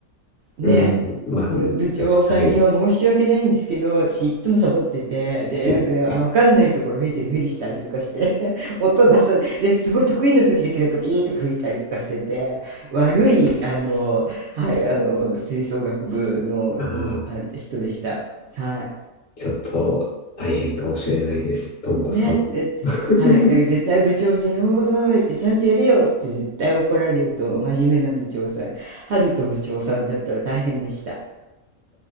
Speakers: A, on the right; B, on the left.
A: ねえ、
B: うん。
A: うん
B: まあ、確
A: 部長さんには申し訳ないんですけど、
B: かに。
A: 私いっつもサボってて、で、なんかね、
B: はい。
A: あ、わかんないところ吹いてるふりしたりとかして、<laughs> 音出さ、で、すごい得意な時だけなんかビーとか吹いたりとかしてて、悪い、あの、はい、あの、吹奏楽部の、
B: ああ、
A: のあれ人でした。は
B: ちょっと大変かもしれないです。ともこさん。
A: い。ね、で、
B: <laughs>
A: はい、なんか絶対部長さんに「おーい」って「ちゃんとやれよ」って絶対怒られると真面目な部長さん春と部長さんだったら大変でした。